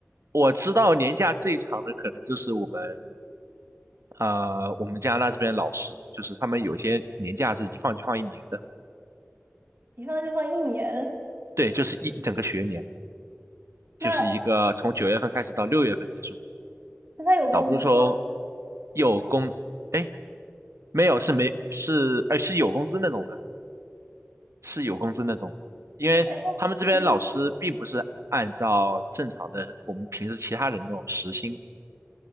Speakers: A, on the right (about 80°); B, on the right (about 45°).
A: 我知道年假最长的可能就是我们呃我们加拿大这边的老师，就是他们有些年假是一放就放一年的，
B: 一放就放一年。
A: 对，就是一一整个学年，就是一个从九月份开始到六月份结束，
B: 那那他有工资吗？
A: 倒不是说有工资，哎，没有是没是，呃是有工资那种的。是有工资那种，因为他们这边老师并不是按照正常的我们平时其他人那种时薪，
B: 哎，那嗯